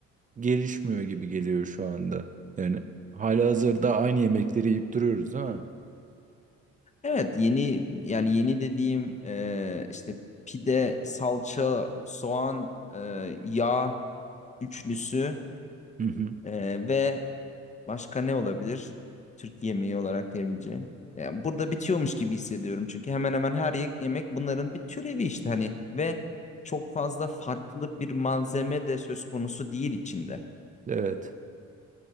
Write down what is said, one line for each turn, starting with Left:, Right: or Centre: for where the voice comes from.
Right: gelişmiyor gibi geliyor şu anda. Yani halihazırda aynı yemekleri yiyip duruyoruz değil mi?
Left: evet yeni yani yeni dediğim e, işte pide, salça, soğan, e, yağ üçlüsü
Right: Hı hı.
Left: e, ve Başka ne olabilir? Türk yemeği olarak diyebileceğim. Yani burada bitiyormuş gibi hissediyorum. Çünkü hemen hemen her ye- yemek bunların bir türevi işte hani ve çok fazla farklı bir malzeme de söz konusu değil içinde.
Right: Evet.